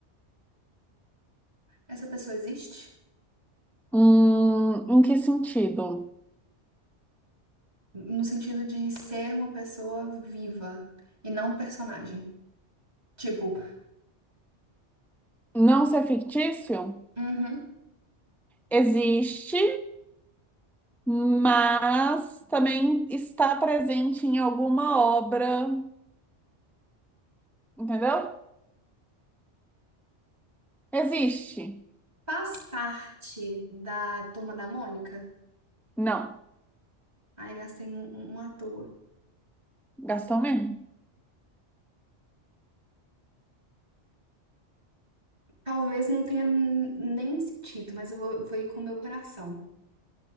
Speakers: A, on the right; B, in the centre.
A: Essa pessoa existe?
B: Hum, em que sentido?
A: No sentido de ser uma pessoa viva e não um personagem. Tipo,
B: Não ser fictício?
A: uhum.
B: Existe, mas também está presente em alguma obra, entendeu? Existe?
A: Faz parte da Turma da Mônica?
B: Não.
A: Ai, gastei um, um, um à toa.
B: Gastou mesmo?
A: Talvez não tenha n- nenhum sentido, mas eu vou, vou ir com o meu coração.